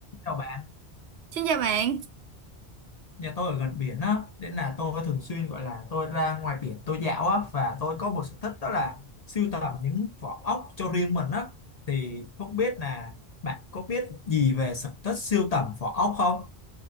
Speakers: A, on the left (about 45°); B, on the right (about 75°).
A: Chào bạn,
B: Xin chào bạn.
A: nhà tôi ở gần biển á, nên là tôi thường xuyên gọi là tôi ra ngoài biển tôi dạo á và tôi có một sở thích đó là sưu tầm những vỏ ốc cho riêng mình á. Thì không biết là bạn có biết gì về sở thích sưu tầm vỏ ốc không?